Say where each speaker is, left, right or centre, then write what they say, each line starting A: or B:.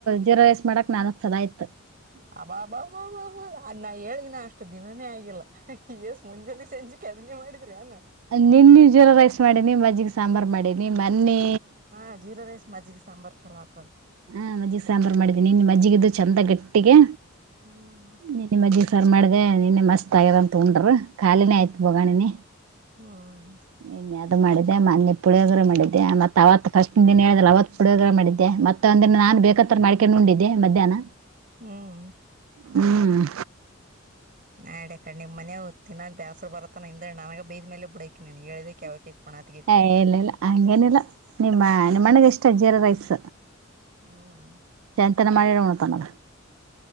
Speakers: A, on the right; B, on the right.
A: ಜೀರ ರೈಸ್ ಮಾಡಕ್ ನಾಲ್ಕ್ ಸಲ ಆಯ್ತು.
B: ಹ ಬಾ ಬಾ ಬಾ ಬಾ ಅದನ್ನ ಹೇಳಿದಿನ ಅಷ್ಟು ದಿನನೇ ಆಗಿಲ್ಲ ಈಸ್ ಮುಂಜೆಲಿ ಸಂಜೆ. <unintelligible> ಮಾಡಿದ್ರಿ ಏನ್.
A: ನಿನ್ನ ಜೀರ ರೈಸ್ ಮಾಡೀನಿ ಮಜ್ಜಿಗೆ ಸಾಂಬಾರ್ ಮಾಡಿನಿ ಮನ್ನಿ.
B: ಹಾ ಜೀರಾ ರೈಸ್ ಮಜ್ಜಿಗೆ ಸಾಂಬಾರ್ ಚಲೋ ಆಗ್ತದ.
A: ಹಾ ಮಜ್ಜಿಗೆ ಸಾಂಬಾರ್ ಮಾಡಿದ್ದೀನಿ ನಿನ್ ಮಜ್ಜಗ ಇದ್ದು ಚಂದ ಗಟ್ಟಿಗೆ.
B: ಹ್ಮ್
A: ನೆನ್ನಿ ಮಜ್ಜಿಗೆಸರ್ ಮಾಡಿದೆ ನಿನ್ನೆ ಮಸ್ತ್ ಆಗ್ಯದ ಅಂತ ಉಂಡು ಖಾಲಿನೇ ಆಯ್ತು ಬೋಗೋಣ ನೀ.
B: ಹ್ಮ
A: ನಿ <unintelligible> ಮಾಡಿದ್ದೆ ಮನೆೆ ಪುಳಿಯೋಗರೆ ಮಾಡಿದ್ದೆ ಮತ್ತೆ ಅವತ್ ಫಸ್ಟ್ ದಿನ ಹೇಳಿದ್ರೆ ಅವತ್ ಪುಯೋಗರೆ ಮಾಡಿದ್ದೆ ಮತ್ತೆ ಒಂದಿನ ನಾನು ಬೇಕ ಮಾಡ್ಕೊಂಡ ಹುಂಡಿದ್ದೆ ಮಧ್ಯಾಹ್ನ
B: ಹ್ಮ್
A: ಹ್ಮ್.
B: ನಾಡ ಕಣ ನಿಮ್ ಮನೆ ತಿನ್ನಾಗ ಬಾಸರು ಬರತ್ತಾನ ಇಂದ ನನ ಬಯ್ ಮೇಲೆ ಬ ಬಿಡೈಕಿನ್ ಹೇಳದೆ. ಕೆವಕಿ ಪುಣ್ಯತ್ ಗಿತ್ತ.
A: ಏ ಇಲ್ಲ ಇಲ್ಲ ಹಂಗೇನಿಲ್ಲ ನಿಮ್ಮ ನಿಮ್ಮನೆಗೆ ಎಷ್ಟ ಜೀರ ರೈಸ್
B: ಹ್ಮ್
A: ನಮ್ <unintelligible> ನೋಡ್ತನಲ್ಲ.